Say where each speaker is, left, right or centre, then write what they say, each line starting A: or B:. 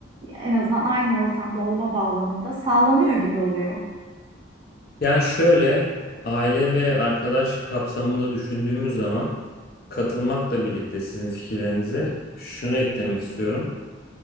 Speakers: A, on the right (about 25°); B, on the left (about 50°).
A: en azından aynı ortamda olma bağlamında sağlanıyor gibi oluyor.
B: Yani şöyle aile ve arkadaş kapsamında düşündüğümüz zaman katılmakla birlikte sizin fikirlerinize şunu eklemek istiyorum.